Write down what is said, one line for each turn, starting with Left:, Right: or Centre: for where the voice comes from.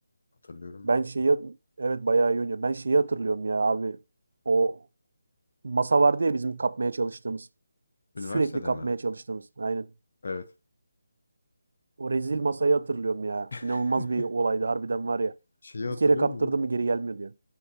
Left: Hatırlıyorum
Right: Ben
Left: ben.
Right: şeyi evet bayağı iyi oynuyor. Ben şeyi hatırlıyorum ya abi. O masa vardı ya bizim kapmaya çalıştığımız. Sürekli
Left: Üniversitede
Right: kapmaya
Left: mi?
Right: çalıştığımız. Aynen.
Left: Evet.
Right: O rezil masayı hatırlıyorum ya. İnanılmaz
Left: <laughs>
Right: bir olaydı harbiden var ya.
Left: Şeyi hatırlıyor
Right: Bir kere kaptırdı
Left: musun?
Right: mı geri gelmiyordu ya.